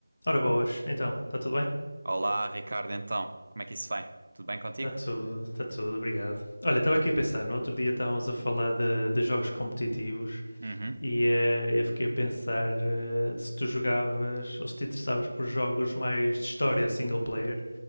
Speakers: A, on the left; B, on the right.
A: Ora boas, então, está tudo bem?
B: Olá, Ricardo, então, como é que isso vai? Tudo bem contigo?
A: Está tudo, está tudo, obrigado. Olha, estava aqui a pensar, no outro dia estávamos a falar de, de jogos competitivos
B: Uhum.
A: e eh, eu fiquei a pensar eh, se tu jogavas ou se te interessavas por jogos mais de história single player,